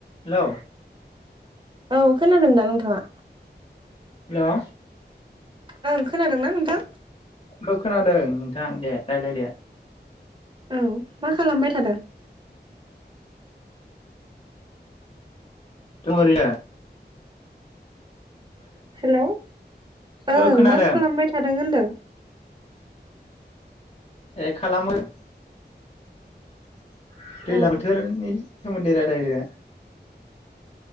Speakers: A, on the left; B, on the right.
A: Hello
B: औ खोनादों दा नोंथाङा?
A: हेलौ
B: ओं खोनादोंना नोंथां?
A: ओ खोनादों नोंथां दे रायलायदो
B: औ मा खालामबाय थादों?
A: दं ओरैयो
B: हेलौ ओं
A: ओ खोनादों
B: मा खालामबाय थादों होनदों? <inaudible>
A: ए खालाम म दैज्लां
B: औ
A: बोथोरनि सोमोनन्दै रायलायनो